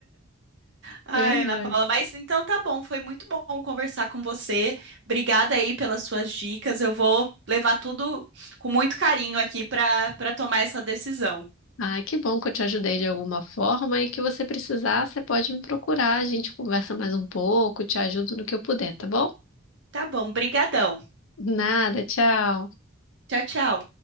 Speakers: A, on the right; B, on the left.
A: Ai,
B: Verdade.
A: Ana Paula, mas então tá bom, foi muito bom conversar com você. Obrigada aí pelas suas dicas. Eu vou levar tudo com muito carinho aqui para para tomar essa decisão.
B: Ai, que bom que eu te ajudei de alguma forma e que você precisar, você pode me procurar, a gente conversa mais um pouco, te ajudo no que eu puder, tá bom?
A: Tá bom, brigadão.
B: Nada, tchau.
A: Tchau, tchau.